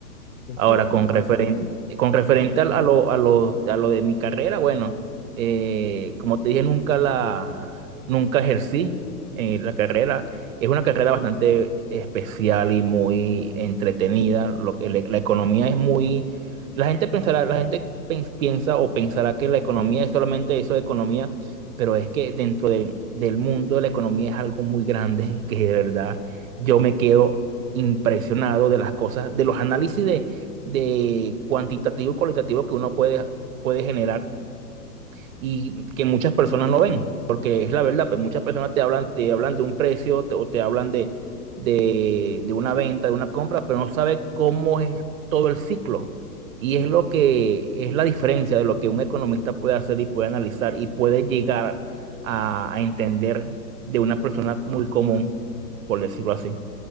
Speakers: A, on the left (about 50°); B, on the right (about 55°).
A: Es
B: Ahora,
A: que sí,
B: con referen con referente a, a lo, a lo, a lo de mi carrera, bueno, eh, como te dije, nunca la, nunca ejercí eh, la carrera. Es una carrera bastante especial y muy entretenida. Lo que- la la economía es muy, la gente pensará, la gente pen- piensa o pensará que la economía es solamente eso de economía, pero es que dentro del del mundo de la economía es algo muy grande <laughs> que de verdad yo me quedo impresionado de las cosas, de los análisis de de cuantitativo y cualitativo que uno puede, puede generar y que muchas personas no ven, porque es la verdad, pues muchas personas te hablan, te hablan de un precio te- o te hablan de, de, de una venta, de una compra, pero no sabe cómo es todo el ciclo. Y es lo que es la diferencia de lo que un economista puede hacer y puede analizar y puede llegar a, a entender de una persona muy común, por decirlo así.